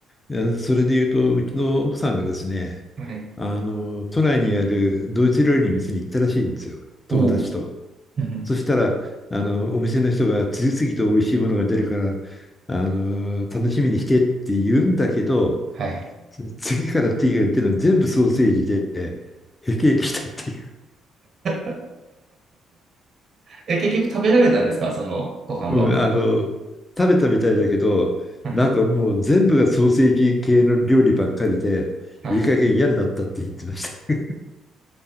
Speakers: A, on the left (about 25°); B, on the right (about 45°).
A: いやそれで言うと、うちの奥さんがですね、
B: はい。
A: あの、都内にあるドイツ料理の店に行ったらしいんですよ、友達と。
B: おう。うん
A: そしたら、あの、お店の人が次々と美味しいものが出るから、あの、楽しみにしてって言うんだけど、
B: はい。
A: つ次から次が出るの全部ソーセージで、へきへきしたって
B: <laughs> え、結局食べられたんですかそのご飯は。
A: うん、あの、食べたみたいだけど、
B: はい。
A: なんかもう全部がソーセージ系の料理ばっかりで、
B: はい。
A: いい加減嫌になったって言ってました。